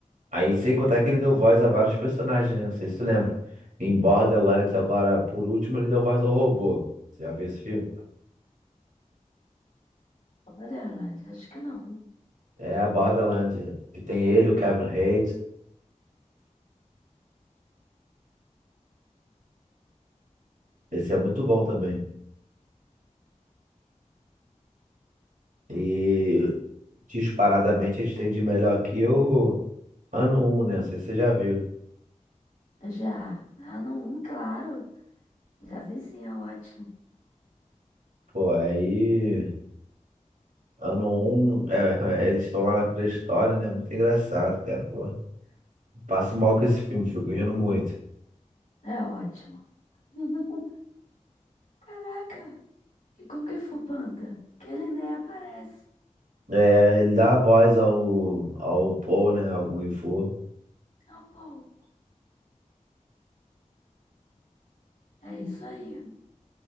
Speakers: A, on the right; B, on the left.
A: Aí, sem contar que ele deu voz a vários personagens, né? Não sei se tu lembra. Em Borderlands, agora, por último, ele deu voz ao robô. Você já viu esse filme?
B: Borderland, acho que não.
A: É, Borderlands. E tem ele, o Kevin Hart. Esse é muito bom também. E, disparadamente, a gente tem de melhor aqui o Ano um né? Não sei se você já viu.
B: Já. Ah, não, um, claro. Já vi sim, é ótimo.
A: Pô, aí... Ano um é, <laughs> eles estão lá na pré-história, né? Muito engraçado, cara, pô. Passo mal com esse filme, fico rindo muito.
B: É ótimo. <laughs> Caraca! E Kung Fu Panda? Que ele nem aparece.
A: É, ele dá a voz ao, ao Paul, né? Ao Kung Fu.
B: Ah, pô. É isso aí.